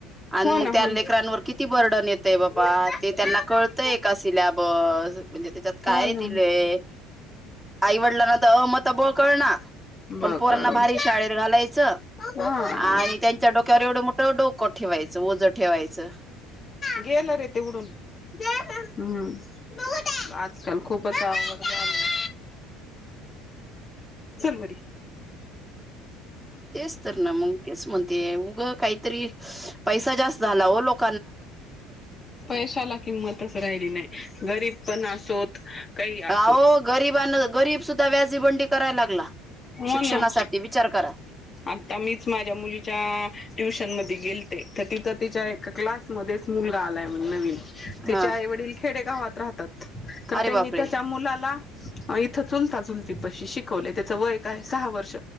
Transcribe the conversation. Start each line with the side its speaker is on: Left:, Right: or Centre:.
Centre: आणि
Left: ना
Centre: मग त्या
Left: हो
Centre: लेकरांवर किती बर्डन येतय
Left: ना
Centre: बाबा ते त्यांना कळतय का सिलॅब बस म्हणजे त्याच्यात काय
Left: हो ना
Centre: दिलंय आईवडिलांना तर अ मत ब कळना
Left: बघ
Centre: पण पोरांना भारी शाळेत घालायच
Left: हा
Centre: आणि त्यांच्या डोक्यावर एवढं मोठ डोकं ठेवायचं ओज ठेवायचं
Left: गेल रे ते उडून हम्म आजकाल खूपच आवड झाली सलमरी
Centre: तेच तर ना मग तेच म्हणते उग काहीतरी पैसा जास्त झाला हो लोक
Left: पैशाला किंमतच राहिली नाही गरीब पण असोत काही असोत
Centre: राह गरीबना गरीब सुद्धा व्याजीबंडी करायला लागला
Left: हो
Centre: शिक्षणासाठी
Left: ना
Centre: विचार करा
Left: आता मीच माझ्या मुलीच्या ट्युशन म गेल तर तिथं तिच्या ए क्लासमध्येच मुलगा आलाय मण नवीन त्याच्या
Centre: हा
Left: आईवडील खेडे का हो राहतात तर
Centre: अरे
Left: त्यांनी
Centre: बापरे
Left: त्याच्या मुलाला इथ चुलता चुलती पशी शिकवले त्याच वयक आहे सहा वर्ष